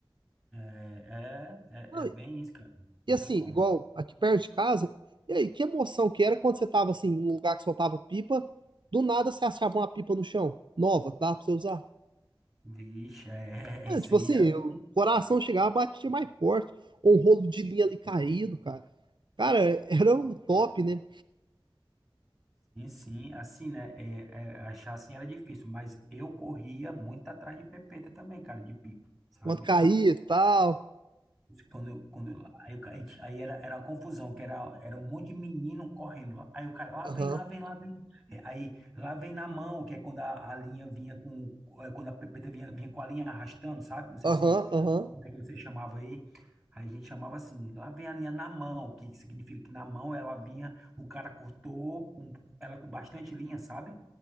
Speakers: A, in the centre; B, on the right.
A: É, é, é,
B: Não,
A: é bem isso, cara. Não
B: E assim,
A: tem como.
B: igual aqui perto de casa, e aí, que emoção que era quando você tava assim, num lugar que soltava pipa, do nada você achava uma pipa no chão, nova, que dava pra você usar.
A: Vixe, é,
B: É,
A: <laughs> isso
B: tipo
A: aí
B: assim,
A: era bem
B: o
A: difícil.
B: coração chegava, batia mais forte, ou um rolo de linha ali caído, cara. Cara, <laughs> era o top, né?
A: Sim, sim, assim, né? É, é, achar assim era difícil, mas eu corria muito atrás de pepeta também, cara, de pipa, sabe?
B: Quando caía e tal.
A: Quando, eu- quando, eu- aí, o ca- a gente- aí era, era uma confusão, que era, era um monte de menino correndo. Aí o cara, lá
B: Aham,
A: vem, lá vem, lá vem. É, Aí, lá vem na mão, que é quando a, a linha vinha com, é, quando a pepeta vinha, vinha com a linha arrastando, sabe? Não sei
B: aham,
A: se,
B: aham,
A: como é que você chamava aí. Aí a gente chamava assim, lá vem a linha na mão, que significa que na mão ela vinha, o cara cortou, com, ela com bastante linha, sabe?